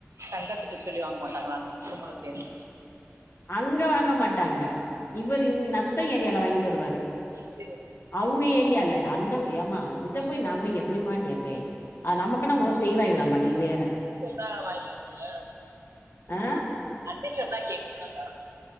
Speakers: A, on the right; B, on the left.
A: கண்டத்துட்டு சொல்லி வாங்க மாட்டாங்களா <unintelligible> மல தேனு
B: அங்க வாங்க மாட்டாங்க இவர் இங் நத்தோ ஏரியால வாங்கிட்டு வருவாரு
A: சேரி சேரி
B: அவங்க ஏரியால அந்த ஏமா அதுட்ட போய் நம்ப எப்டிமா கேட்பே அ நமக்குன்னா மொத செய்வாயலாமா நீ வேற
A: சுதா வாங்கி தரும்ல
B: ஆ
A: அண்ண சொன்னா கேக்குலக்கா